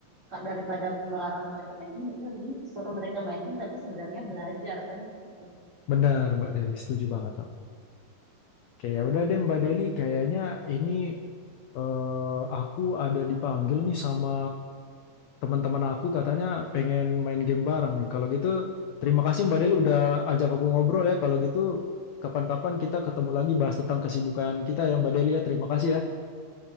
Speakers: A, on the right; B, on the left.
A: kak daripada melarang mereka main game ya udah ini suruh mereka main game tapi sebenarnya belajar kan gitu
B: Benar, Mbak Deli, setuju banget. Oke, ya udah deh Mbak Deli, kayaknya ini eh, aku ada dipanggil nih sama teman-teman aku katanya pengen main game bareng nih. Kalau gitu terima kasih Mbak Deli udah ajak aku ngobrol ya. Kalau gitu kapan-kapan kita ketemu lagi bahas tentang kesibukan kita ya Mbak Deli ya. Terima kasih ya.